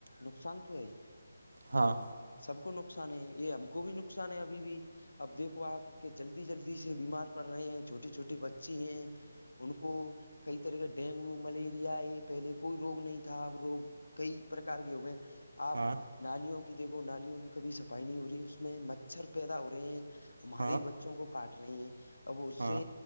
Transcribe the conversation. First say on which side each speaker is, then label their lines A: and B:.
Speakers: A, on the left (about 85°); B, on the right (about 80°).
A: نقصان تو ہے ہی
B: ہاں
A: سب کو نقصان ہے یہ ہم کو بھی نقصان ہے ابھی بھی اب دیکھو آپ کے جلدی جلدی سے بیمار پڑ رہے ہیں چھوٹے چھوٹے بچے ہیں ان کو کئی طرح کا ڈینگو ملیریا یہ پہلے کوئی روگ نہیں تھا اب روگ کئی پرکار کی ہو گئے آپ
B: ہاں
A: نالیوں کی دیکھو نالیوں کی کبھی صفائی نہیں ہو رہی ہے اس میں مچھر پیدا ہو رہے ہیں ہمارے
B: ہاں
A: بچوں کو کاٹ رہی ہیں اب اس
B: ہاں
A: سے